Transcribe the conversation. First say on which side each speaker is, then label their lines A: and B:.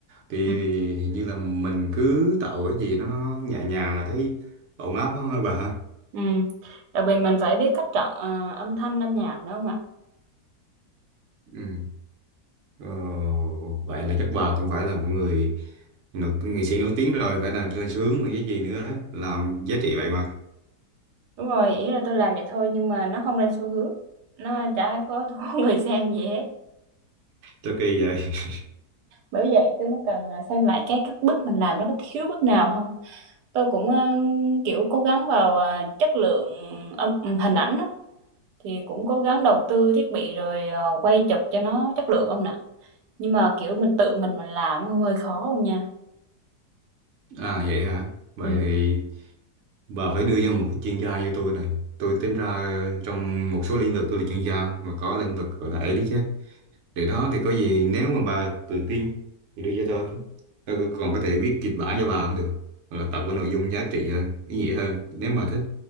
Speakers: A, on the right (about 65°); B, on the right (about 85°).
A: thì
B: ừ.
A: hình như là mình cứ tạo cái gì nó nó, nó nhẹ nhàng là thấy ổn áp quá hả bà ha
B: ừ. Đặc biệt mình phải biết cách chọn ờ, âm thanh âm nhạc nữa không ạ
A: ừ. Ờ, vậy là chắc bà cũng phải là một người nổi- nghệ sĩ nổi tiếng rồi phải là lên sướng rồi cái gì nữa làm giá trị vậy mà
B: đúng rồi ý là tôi làm vậy thôi nhưng mà nó không lên xu hướng nó chả có thu <laughs> người xem gì hết
A: rất kỳ vậy <laughs>
B: bởi vậy tôi mới cần à, xem lại cái các bước mình làm nó có thiếu bước nào không tôi cũng ờ, kiểu cố gắng vào ờ, chất lượng âm hình ảnh á. thì cũng cố gắng đầu tư thiết bị rồi ờ, quay chụp cho nó chất lượng ông nè nhưng mà kiểu mình tự mình mình làm nó hơi khó không nha
A: à vậy hả vậy
B: Ừ.
A: thì bà phải đưa ra một cái chuyên gia như tôi này tôi tính ra ờ, trong một số lĩnh vực tôi là chuyên gia mà có lĩnh vực gọi là ấy đấy chứ để đó thì có gì nếu mà bà tự tin thì đưa cho tôi tôi còn có thể viết kịch bản cho bà cũng được hoặc là tạo cái nội dung giá trị hơn ý nghĩa hơn nếu mà thích